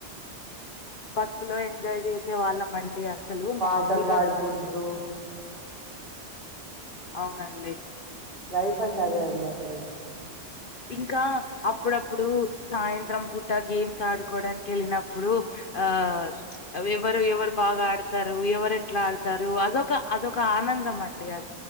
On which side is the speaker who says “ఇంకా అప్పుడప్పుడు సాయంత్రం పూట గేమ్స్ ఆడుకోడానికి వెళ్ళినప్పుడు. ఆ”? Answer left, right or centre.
Left